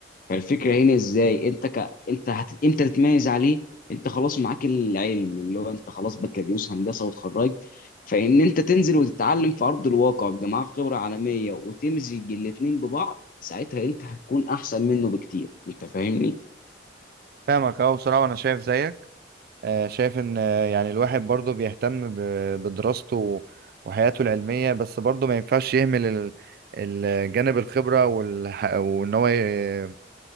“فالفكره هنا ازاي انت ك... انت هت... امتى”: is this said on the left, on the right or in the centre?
Left